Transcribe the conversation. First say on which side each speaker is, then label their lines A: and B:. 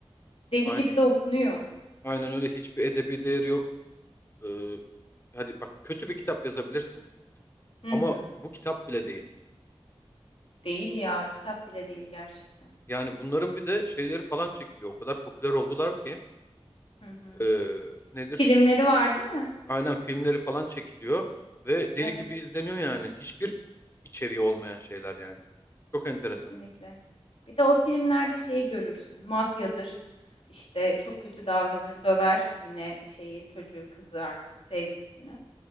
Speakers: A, on the left (about 75°); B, on the left (about 25°).
A: Deli
B: Ay-
A: gibi de okunuyor.
B: Aynen öyle hiçbir edebi değeri yok. Ee, hadi bak kötü bir kitap yazabilirsin
A: Hı
B: ama
A: hı.
B: bu kitap bile değil.
A: Değil ya, kitap bile değil gerçekten.
B: Yani bunların bir de şeyleri falan çekiliyor. O kadar popüler oldular ki
A: Hı hı.
B: ee, nedir?
A: Filmleri var değil mi?
B: Aynen filmleri falan çekiliyor ve deli
A: Evet.
B: gibi izleniyor yani. Hiçbir içeriği olmayan şeyler yani. Çok enteresan.
A: Kesinlikle. Bir de o filmlerde şeyi görürsün. Mafyadır. İşte çok kötü davranır, döver yine şeyi çocuğu, kızı artık sevgilisini.